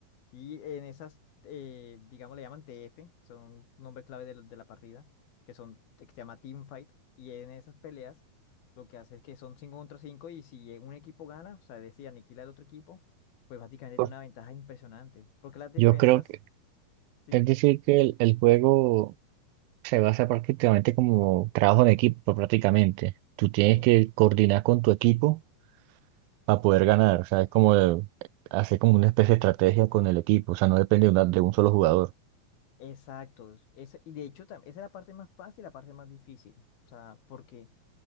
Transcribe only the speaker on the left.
Y en esas, eh, digamos, le llaman TF, son nombres clave de, la de la partida, que son, que se llama Team Fight. Y en esas peleas lo que hace es que son 5 contra 5 y si un equipo gana, o sea, decía aniquila al otro equipo, pues básicamente
tiene una ventaja impresionante. Porque las defensas,
¿sí?
Eh,
Exacto. esa- y de hecho, tam- esa es la parte más fácil, la parte más difícil. O sea, porque